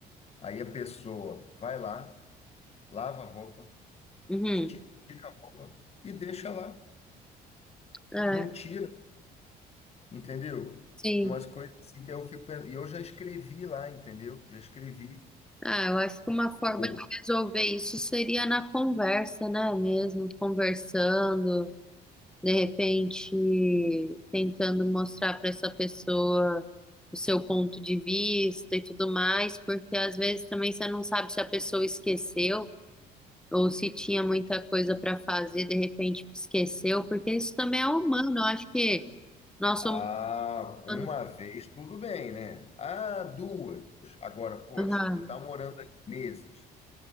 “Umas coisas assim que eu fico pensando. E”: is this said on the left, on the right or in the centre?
Left